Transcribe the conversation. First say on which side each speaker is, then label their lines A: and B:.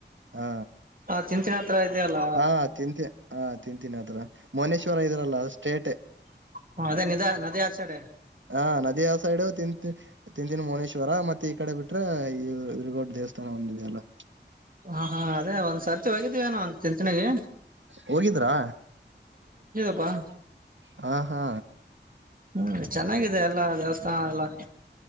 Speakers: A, on the right; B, on the right.
A: ಹಾ
B: ಆ ಚಿಂಚಿನ ಹತ್ರ ಇದೆಯಲ್ಲ
A: ಹಾ ತಿಂತಯಾ ಹಾ ತಿಂತೀನಿದರ ಮೌನೇಶ್ವರ ಇದಾರಲಾ ಅದರ್ ಸ್ಟೇಟೆ
B: ಹ ಅದೇ ನಿಧ ನದಿ ಆ ಸೈಡ
A: ಹಾ ನದಿಯ ಸೈಡು ತಿಂತ ತಿಂತನ್ ಮೌನೇಶ್ವರ ಮತ್ತೆ ಈ ಕಡೆ ಬಿಟ್ರೆ ರ್ಗೋಡ್ ದೇವಸ್ಥಾನ ಒಂದಿದೆಯ ಅಲ್ಲಾ
B: ಹಾ ಹಾ ಅದೇ ಒಂದ್ಸರ್ತಿ ಹೋಗಿದ್ದೀವ ಏನೋ ತಿಂಥಣಿಗಿ.
A: ಹೋಗಿದ್ರಾ
B: <unintelligible>
A: ಹಾ ಹಾ
B: ಹ್ಮ ಚೆನ್ನಾಗಿದೆ ಎಲ್ಲಾ ದೇವಸ್ಥಾನ ಎಲ್ಲಾ